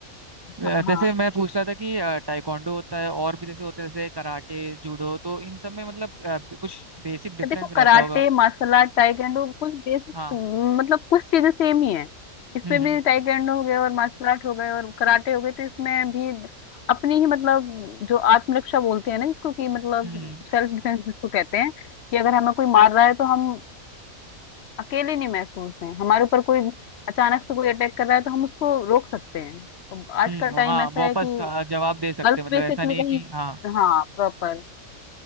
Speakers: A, on the right (about 35°); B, on the left (about 60°).
A: जैसे
B: हाँ
A: मैं पूछ रहा था कि अ, टाइकोंडो होता है और भी जैसे होते हैं जैसे कराटे जूडो तो इन सब में मतलब अ, कुछ बेसिक डिफरेंस
B: तो देखो
A: रहता
B: कराटे
A: होगा
B: मार्शल आर्ट ताइक्वांडो कुछ बेसिक
A: हाँ
B: मतलब कुछ चीजें सेम ही है इसमें
A: हम्म हम्म।
B: भी ताइक्वांडो हो गए और मार्शल आर्ट हो गए और कराटे हो गए तो इसमें भी अपनी ही मतलब जो आत्मरक्षा बोलते हैं ना जिसको कि मतलब
A: हम्म हम्म
B: सेल्फ डिफेंस जिसको कहते हैं कि अगर हमें कोई मार रहा है तो हम अकेले नहीं महसूस हैं हमारे ऊपर कोई अचानक से कोई अटैक कर रहा है तो हम उसको रोक सकते हैं तो आज
A: हम्म,
B: का टाइम
A: हाँ
B: ऐसा
A: वापस
B: है कि
A: आ, जवाब दे सकते
B: गर्ल्स
A: हैं। मतलब
B: बेसिकली
A: ऐसा नहीं है
B: कहीं
A: कि हाँ
B: हाँ प्रॉपर